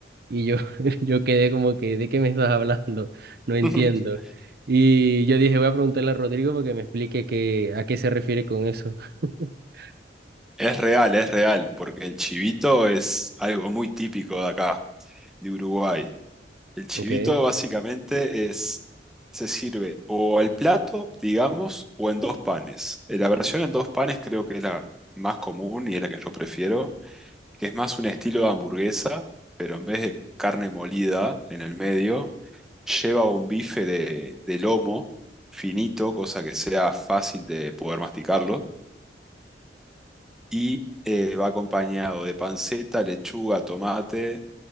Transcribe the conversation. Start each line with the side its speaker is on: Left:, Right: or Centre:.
Right: Y yo, <laughs> yo quedé como que, ¿de qué me estás hablando? <laughs> No entiendo.
Centre: <laughs>
Right: Y yo dije, voy a preguntarle a Rodrigo para que me explique qué, a qué se refiere con eso. <laughs>
Centre: Es real, es real, porque el chivito es algo muy típico de acá, de Uruguay. El chivito
Right: Ok.
Centre: básicamente es, se sirve o al plato, digamos, o en dos panes. Eh, La versión en dos panes creo que es la más común y es la que yo prefiero, que es más un estilo de hamburguesa, pero en vez de carne molida en el medio, lleva un bife de, de lomo finito, cosa que sea fácil de poder masticarlo y eh, va acompañado de panceta, lechuga, tomate,